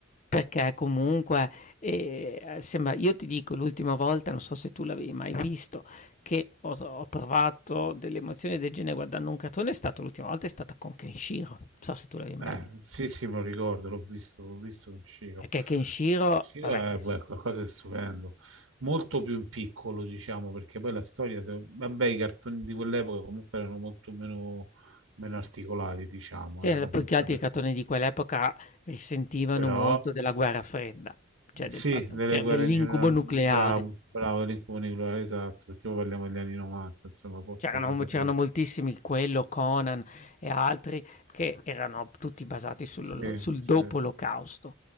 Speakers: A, on the left; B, on the right.
A: perché comunque, ehm, sembra io ti dico l'ultima volta, non so se tu l'avevi mai visto, che ho s ho provato delle emozioni del genere guardando un cartone è stato l'ultima volta è stata con Kenshiro. Non so se tu l'avevi mai
B: Eh,
A: vi
B: sì, sì, me lo ricordo, l'ho visto, l'ho visto in Shiro.
A: perché Kenshiro
B: Shiro
A: vabbè
B: è
A: Kenshi
B: beh, qualcosa di stupendo, molto più in piccolo, diciamo, perché poi la storia, se- vabbè, i cartoni di quell'epoca comunque erano molto meno, meno articolati, diciamo,
A: sì,
B: erano
A: più
B: puntate
A: che altro i cartoni
B: più.
A: di quell'epoca risentivano
B: Però,
A: molto della guerra fredda, cioè
B: sì,
A: del fatto
B: delle
A: c'era
B: guerre
A: dell'incubo
B: in generale,
A: nucleare.
B: bravo, bravo, l'incubo nucleare, esatto, perché poi parliamo degli anni 90, insomma, post
A: C'erano
B: guerra
A: mo c'erano
B: fredda.
A: moltissimi, quello, Conan e altri, che erano tutti basati sul
B: Sì,
A: sul
B: sì,
A: dopo
B: sì.
A: l'olocausto.